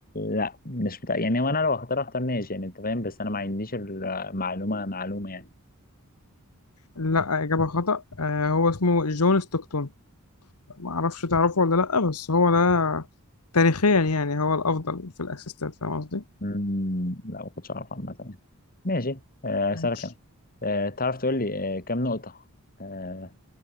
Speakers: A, on the left (about 40°); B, on the left (about 85°).
A: لا مش بتاع يعني وانا لو هختار اختار ناس يعني انت فاهم بس انا ما عنديش المعلومه معلومه يعني
B: لا إجابة خطأ آه هو اسمه جون ستوكتون معرفش تعرفه ولا لا بس هو ده تاريخيا يعني هو الأفضل في الاسيستات فاهم قصدي؟
A: امم لا ما كنتش اعرف عامه يعني ماشي آه اسالك
B: ماشي
A: انا آه تعرف تقول لي آه كام نقطه آه